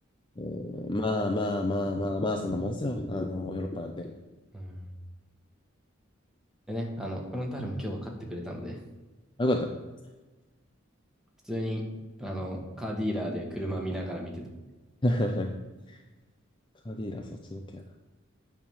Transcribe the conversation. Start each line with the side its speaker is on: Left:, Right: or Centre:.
Left: うんまあまあまあまあまあ、そんなもんすよ。あの、ヨーロッパなんて。
Centre: うん。でね、あの、フロンターレも今日は勝ってくれたので、
Left: あ、よかったね。
Centre: 普通に、あの、カーディーラーで車見ながら見てた。
Left: <laughs> カーディーラ、そっちのけや